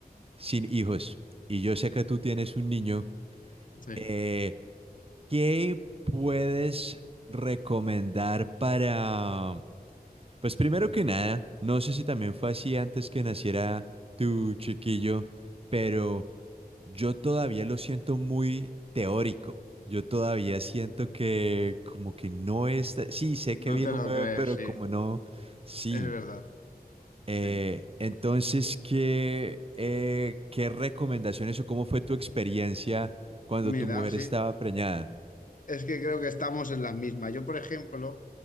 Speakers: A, on the right (about 35°); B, on the left (about 55°).
A: sin hijos. Y yo sé que tú tienes un niño.
B: Sí.
A: Eh, ¿qué puedes recomendar para, pues primero que nada, no sé si también fue así antes que naciera tu chiquillo, pero yo todavía lo siento muy teórico. Yo todavía siento que como que no está... Sí, sé que
B: No
A: viene
B: te
A: un
B: lo
A: bebé,
B: crees,
A: pero
B: sí.
A: como no, sí.
B: Es verdad.
A: Eh,
B: Sí.
A: entonces, ¿qué, eh, qué recomendaciones o cómo fue tu experiencia cuando
B: Mira,
A: tu mujer
B: sí.
A: estaba preñada?
B: Es que creo que estamos en las mismas. Yo, por ejemplo,